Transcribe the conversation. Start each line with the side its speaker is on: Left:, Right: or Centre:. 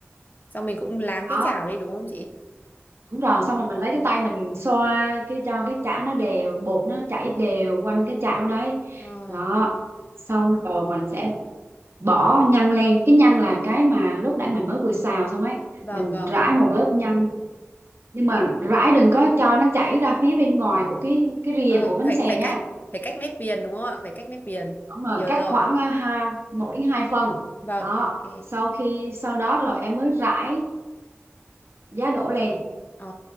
Left: Xong mình cũng láng
Right: đó
Left: cái chảo đi đúng không chị?
Right: đúng rồi xong rồi mình lấy cái tay mình xoa cái cho cái chảo nó đều bột nó chảy đều quanh cái chảo đấy
Left: Ờ,
Right: đó xong rồi mình sẽ bỏ nhân lên cái nhân là cái mà lúc nãy mình mới vừa xào xong ấy
Left: vâng,
Right: mình
Left: vâng,
Right: rải một lớp nhân nhưng mà rải đừng có cho nó chảy ra phía bên ngoài của cái cái rìa
Left: vâng,
Right: của bánh
Left: phải
Right: xèo
Left: phải
Right: nha
Left: cách, phải cách mép viền đúng không ạ? Phải cách mép viền,
Right: xong rồi
Left: em nhớ
Right: cắt
Left: rồi.
Right: khoảng à, ha một đến hai phần
Left: Vâng,
Right: đó
Left: ok.
Right: sau khi sau đó rồi em mới rải giá đỗ lên
Left: Ờ,